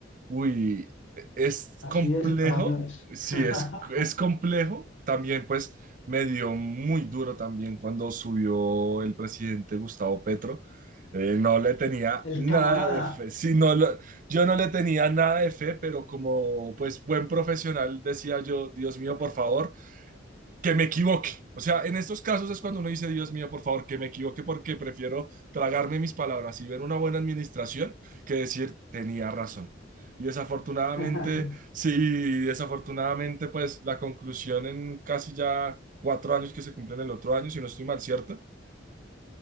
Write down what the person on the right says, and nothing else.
Uy, es
complejo,
sí,
es, es complejo. También, pues, me dio muy duro también cuando subió el presidente Gustavo Petro. Eh, no le tenía
nada
de fe. Sí, no lo- yo no le tenía nada de fe, pero como, pues, buen profesional, decía yo, Dios mío, por favor que me equivoque. O sea, en estos casos es cuando uno dice, Dios mío, por favor, que me equivoque porque prefiero tragarme mis palabras y ver una buena administración que decir, tenía razón. Y desafortunadamente,
sí, desafortunadamente, pues la conclusión en casi ya cuatro años que se cumplen el otro año, si no estoy mal, ¿cierto?